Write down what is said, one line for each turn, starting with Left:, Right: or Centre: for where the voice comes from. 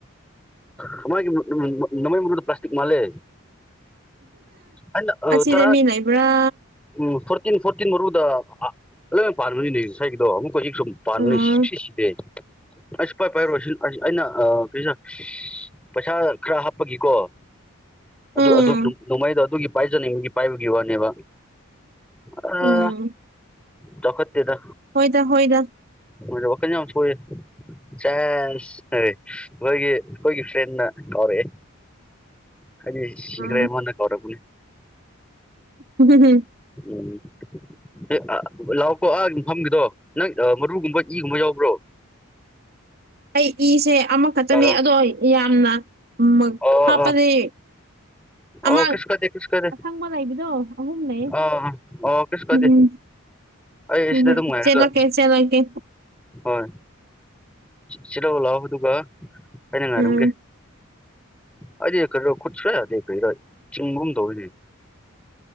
Centre: ꯊꯃꯥꯏꯒꯤ ꯃꯥ ꯃꯥ ꯃꯃꯩ ꯃꯔꯨꯗꯣ ꯄ꯭ꯂꯥꯁꯇꯤꯛ ꯃꯥꯜꯂꯦ ꯑꯩꯅ
Right: ꯑꯁꯤꯗ
Centre: ꯇꯔꯥ
Right: ꯃꯤ ꯂꯩꯕꯔꯥ
Centre: ꯎꯝ ꯐꯣꯔꯇꯤꯟ ꯐꯣꯔꯇꯤꯟ ꯃꯔꯨꯗ ꯑꯥ‌ ꯂꯣꯏ ꯄꯥꯟꯕꯅꯤꯅꯦ ꯉꯁꯥꯏꯒꯤꯗꯣ ꯑꯃꯨꯛ ꯀꯣꯏꯒꯤ ꯁꯨꯝ ꯄꯥꯟꯕꯅꯤ
Right: ꯎꯝ
Centre: ꯁꯨꯛꯁꯤ ꯁꯤꯗꯦ ꯑꯩ ꯁꯨꯛꯄꯥꯏ ꯄꯥꯏꯔꯣꯏ ꯁꯤ ꯑꯁ ꯑꯩꯅ ꯑꯥ ꯀꯔꯤꯔ ꯄꯩꯁꯥ ꯈꯔ ꯍꯥꯞꯄꯒꯤꯀꯣ ꯑꯗꯨ
Right: ꯎꯝ
Centre: ꯑꯗꯨꯒꯤ ꯅꯣꯡꯃꯩꯗꯣ ꯑꯗꯨꯒꯤ ꯄꯥꯏꯖꯅꯤꯡꯕꯒꯤ ꯄꯥꯏꯕꯒꯤ ꯋꯥꯅꯦꯕ ꯑꯥ
Right: ꯎꯝ
Centre: ꯆꯥꯎꯈꯠꯇꯦꯗ
Right: ꯍꯣꯏꯗ ꯍꯣꯏꯗ
Centre: ꯃꯣꯏꯗꯣ ꯋꯥꯈꯟ ꯌꯥꯝ ꯁꯣꯏꯌꯦ ꯆꯦꯁ ꯑꯩ ꯑꯩꯈꯣꯏꯒꯤ ꯑꯩꯈꯣꯏꯒꯤ ꯐ꯭ꯔꯦꯟꯅ ꯀꯧꯔꯛꯑꯦ ꯍꯥꯏꯗꯤ ꯁꯤꯈ꯭ꯔꯦ
Right: ꯎꯝ
Centre: ꯃꯥꯅ ꯀꯧꯔꯛꯄꯅꯦ
Right: <unintelligible>
Centre: ꯎꯝ ꯑꯦ ꯑꯥ ꯂꯥꯛꯀꯣ ꯑꯥ ꯃꯐꯝꯒꯤꯗꯣ ꯅꯪ ꯃꯔꯨꯒꯨꯝꯕ ꯏꯒꯨꯝꯕ ꯌꯥꯎꯕ꯭ꯔꯣ
Right: ꯑꯩ ꯏ ꯁꯦ ꯑꯃꯈꯛꯇꯅꯤ
Centre: ꯑꯥ
Right: ꯑꯗꯣ ꯌꯥꯝꯅ ꯎꯃꯛ
Centre: ꯑꯣ
Right: ꯍꯥꯞꯄꯗꯤ
Centre: ꯑꯣ
Right: ꯑꯃ
Centre: ꯑꯣ ꯀꯩꯁꯨ ꯀꯥꯏꯗꯦ ꯀꯩꯁꯨ ꯀꯥꯏꯗꯦ
Right: ꯑꯁꯪꯕ ꯂꯩꯕꯗꯣ ꯑꯍꯨꯝ ꯂꯩꯌꯦ
Centre: ꯑꯥ ꯑꯣ ꯀꯩꯁꯨ ꯀꯥꯏꯗꯦ
Right: ꯎꯝ
Centre: ꯑꯩ
Right: ꯎꯝ
Centre: ꯁꯤꯗ
Right: ꯍꯣꯏ
Centre: ꯑꯗꯨꯝ ꯉꯥꯏꯔꯒ
Right: ꯆꯦꯂꯛꯀꯦ ꯆꯦꯂꯛꯀꯦ
Centre: ꯍꯣꯏ ꯁꯤ ꯂꯧ ꯂꯥꯛꯑꯣ ꯑꯗꯨꯒ ꯑꯩꯅ ꯉꯥꯏꯔꯝꯒꯦ
Right: ꯎꯝ
Centre: ꯑꯩꯗꯤ ꯀꯔꯤꯅꯣ ꯈꯨꯠ ꯁꯨꯛꯌꯥ ꯌꯥꯗꯦ ꯀꯩꯔ ꯆꯤꯡꯕꯒꯨꯝ ꯇꯧꯋꯤꯅꯦ